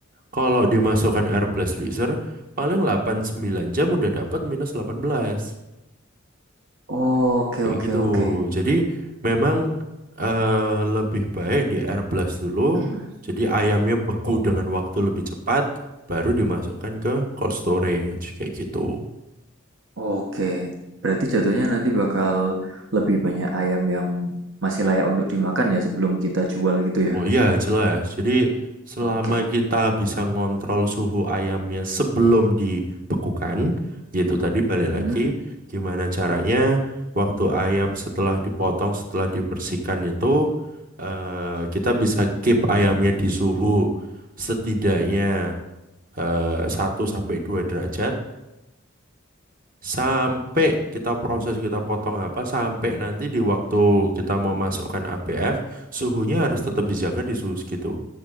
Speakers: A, on the right (about 40°); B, on the right (about 65°).
A: kalau dimasukkan air blast freezer paling 8-9 jam udah dapat minus 18
B: Oke
A: kayak
B: oke
A: gitu.
B: oke.
A: Jadi memang eh, lebih baik di air blast dulu.
B: <clears throat>
A: Jadi ayamnya beku dengan waktu lebih cepat baru dimasukkan ke cold storage kayak gitu.
B: Oke, berarti jatuhnya nanti bakal lebih banyak ayam yang masih layak untuk dimakan ya sebelum kita jual gitu
A: Oh
B: ya.
A: iya, jelas. Jadi selama
B: Oke.
A: kita bisa ngontrol suhu ayamnya sebelum dibekukan, yaitu tadi balik lagi
B: Hmm,
A: gimana caranya waktu ayam setelah dipotong, setelah dibersihkan itu eh, kita bisa keep ayamnya di suhu setidaknya eh, 1 sampai 2 derajat sampai kita proses kita potong apa sampai nanti di waktu kita mau masukkan ABF suhunya harus tetap dijaga di suhu segitu.